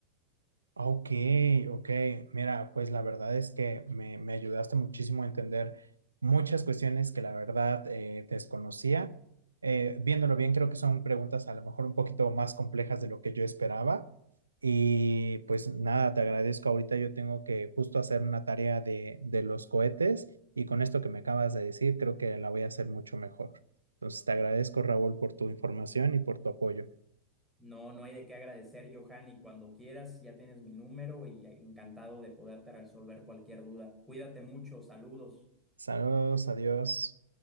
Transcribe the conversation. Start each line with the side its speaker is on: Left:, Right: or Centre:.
Right: Ok, ok. Mira, pues la verdad es que me, me ayudaste muchísimo a entender muchas cuestiones que la verdad eh, desconocía. Eh, viéndolo bien, creo que son preguntas a lo mejor un poquito más complejas de lo que yo esperaba. Y pues nada, te agradezco. Ahorita yo tengo que justo hacer una tarea de, de los cohetes y con esto que me acabas de decir, creo que la voy a hacer mucho mejor. Entonces, te agradezco, Raúl, por tu información y por tu apoyo.
Centre: No, no hay de qué agradecer, Johan, y cuando quieras ya tienes mi número y encantado de poderte resolver cualquier duda. Cuídate mucho, saludos.
Right: Saludos, adiós.